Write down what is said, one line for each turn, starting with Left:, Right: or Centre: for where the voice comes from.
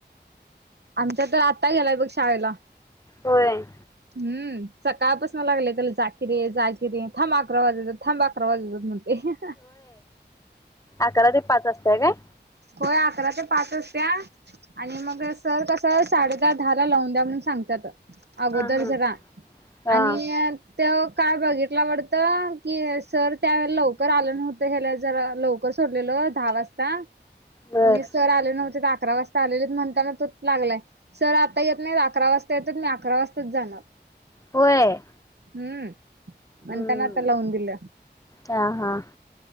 Right: आमच्या त आता गेलाय बघ शाळेला.
Left: होय,
Right: हम् सकाळ पसन लागले त्याला जाकिरे जाकिरे थांब आकरा वाजुदेत थांब आकरा वाजुदेत म्हन ऐ हां हा.
Left: आकरा ते पाच असतंय काय?
Right: होय अकरा ते पाच अस्त्या आणि मग सर कस- साडेदहा दहा ला लावून द्या म्हणून सांगत्यात. आगोदर
Left: हा हा
Right: जरा
Left: हा
Right: आणि अ त्यो काय बघितला वडत की सर त्यावेळेला लवकर आलं नव्हतं ह्येला जरा लव क सोडलेल दहा वाजता
Left: बर
Right: आणि सर आले नव्हते दा क्रा वाजता आलेली म्हणताना तोच लागलाय सर आता येत नाही अकरा वाजता येता त मी अकरा वाजताच जाणार.
Left: होय.
Right: हम्म
Left: हम्म
Right: मनताना आता लाऊन दिल.
Left: हा हा